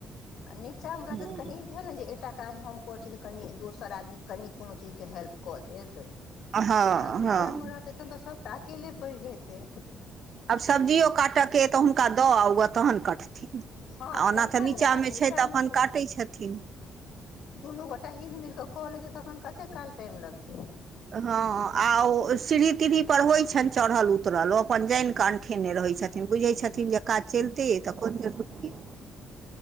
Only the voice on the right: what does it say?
हँ
हँ
हँ
आब सब्जियो काटयके तऽ हुनका दऽ आ ओ तखन कटतै। आ
ओना
तऽ नीचामे
छैय तऽ अपन
काटै छथिन।
हँ आ ओ सीढ़ी तीढ़ी पर होइ छनि चढ़ल उतरल ओ अपन जानि क अंठेने रह होइ छथिन बुझै छथिन जे काज चलते तऽ कोन जरूरी।